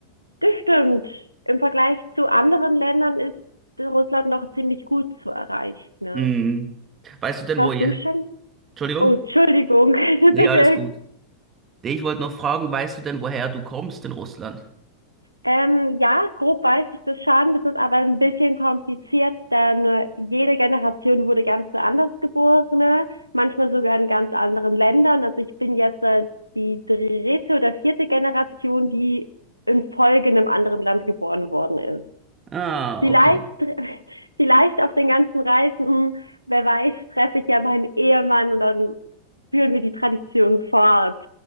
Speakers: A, on the right; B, on the right.
A: Das stimmt. Im Vergleich zu anderen Ländern ist Russland noch ziemlich gut zu erreichen, ne?
B: Hm. Weißt du denn,
A: Warst
B: wo ihr,
A: du schon?
B: Entschuldigung?
A: Oh, Entschuldigung, <laughs>
B: Nee,
A: bitte
B: alles gut. Nee, Ich wollte noch fragen, weißt du denn, woher du kommst in Russland?
A: Ähm, ja, grob weiß ich das schon. Das ist aber ein bisschen kompliziert, denn äh, jede Generation wurde ganz anders geboren, manchmal sogar in ganz anderen Ländern. Also ich bin jetzt äh, die dritte oder vierte Generation, die in Folge in einem anderen Land geboren worden ist.
B: Ah,
A: Vielleicht,
B: okay.
A: <laughs> vielleicht auf den ganzen Reisen, hm, wer weiß, treffe ich ja meinen Ehemann und dann führen wir die Tradition fort.